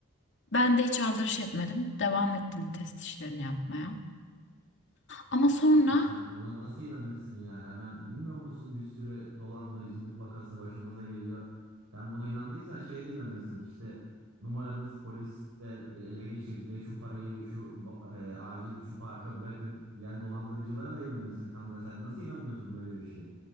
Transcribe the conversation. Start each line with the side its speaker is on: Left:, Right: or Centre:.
Left: Ben de hiç aldırış etmedim. Devam ettim test işlerini yapmaya. Ama sonra
Right: Kanka sen buna nasıl inanırsın ya? Hemen bilmiyor musun bir sürü dolandırıcılık vakası başımıza geliyor. Sen buna inandıysan şeye de inanırsın. İşte numaranız polis de e, ele geçirdi. Şu parayı şu ba- e, acil şu parka bırakın diyen dolandırıcılara da inanırsın kanka. Sen nasıl inanıyorsun böyle bir şeye?